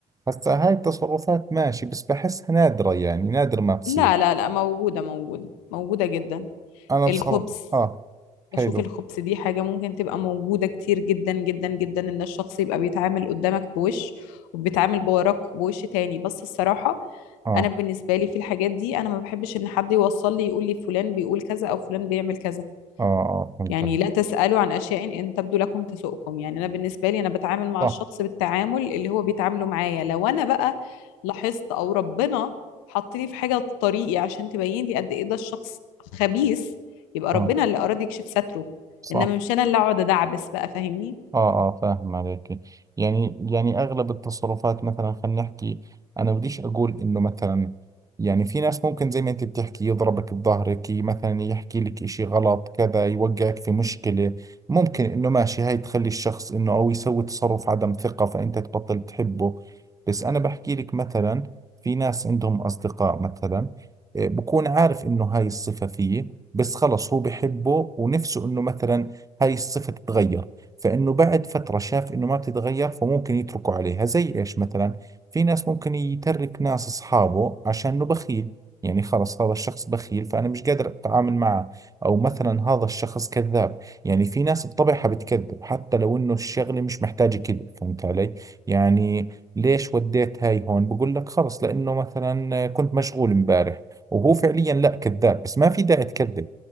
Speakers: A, on the right (about 20°); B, on the left (about 75°).
A: هسا هاي التصرفات ماشي بس بحسها نادرة يعني نادر ما تصير
B: لا لا لا موجودة موجودة موجودة جدا
A: انا
B: الخبث
A: بصراحة اه حلو
B: بشوف الخبث دي حاجة ممكن تبقى موجودة كتير جدا جدا جدا ان الشخص يبقى بيتعامل قدامك بوش وبيتعامل بوراك بوش تاني بس الصراحة
A: اه
B: انا بالنسبة لي في الحاجات دي انا ما بحبش ان حد يوصل لي يقول لي فلان بيقول كذا او فلان بيعمل كذا
A: اه اه فهمت
B: يعني لا تسألوا عن أشياء إن تبدو لكم تسؤكم يعني أنا بالنسبة لي أنا بتعامل مع
A: صح
B: الشخص بالتعامل اللي هو بيتعامله معايا لو أنا بقى لاحظت أو ربنا حطني في حاجة في طريقي عشان تبين لي قد إيه ده الشخص خبيث يبقى
A: اه
B: ربنا اللي أراد يكشف ستره
A: صح
B: إنما مش أنا اللي أقعد أدعبس بقى فاهمني
A: اه اه فاهم عليك يعني يعني اغلب التصرفات مثلا خلينا نحكي انا بديش اقول انه مثلا يعني في ناس ممكن زي ما انت بتحكي يضربك بظهرك ي- مثلا يحكي لك اشي غلط كذا يوقعك في مشكلة ممكن انه ماشي هاي تخلي الشخص انه او يسوي تصرف عدم ثقة فانت تبطل تحبه بس انا بحكي لك مثلا في ناس عندهم اصدقاء مثلا آه، بكون عارف انه هاي الصفة فيه بس خلص هو بحبه ونفسه انه مثلا هاي الصفة تتغير فإنه بعد فترة شاف إنه ما بتتغير فممكن يتركوا عليها زي إيش مثلا في ناس ممكن يترك ناس أصحابه عشان إنه بخيل يعني خلص هذا الشخص بخيل فأنا مش قادر أتعامل معه أو مثلا هذا الشخص كذاب يعني في ناس بطبعها بتكذب حتى لو إنه الشغلة مش محتاجة كذب فهمت علي يعني ليش وديت هاي هون بقول لك خلص لأنه مثلا كنت مشغول امبارح وهو فعليا لا كذاب بس ما في داعي تكذب